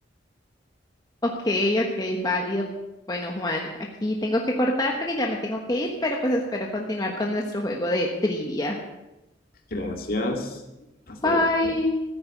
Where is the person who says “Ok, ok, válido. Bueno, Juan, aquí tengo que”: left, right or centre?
Left